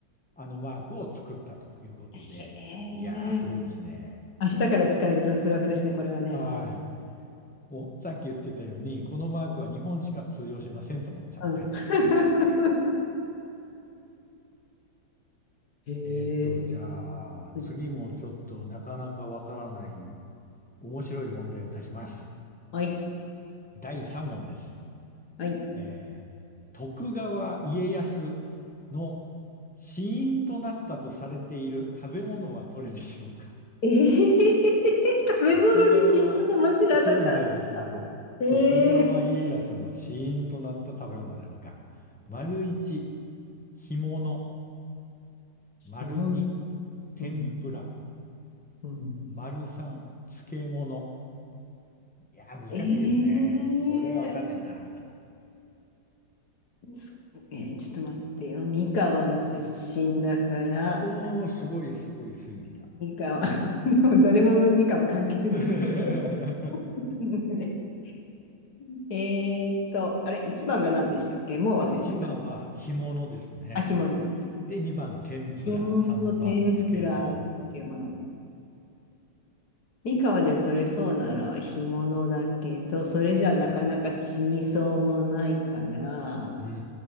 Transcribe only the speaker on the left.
へえ。
明日から使える雑学ですね、これはね。
うん。<laughs> へ
え。
うん
はい、
はい。
えー
<laughs> 食べ物で死んだのも知らなかった。
ええ
物、
うん、うん。
ええ
つえーちょっと待ってよ。三河の出身だから、
三河。<laughs> でも、どれも三河関係なさそ
うね。<laughs> えーっと、あれ、一番が何でしたっけもう忘れちゃった。
あ、干物。
干物、
天ぷら、漬物。三河で取れそうなのは干物だけど、それじゃなかなか死にそうもないから、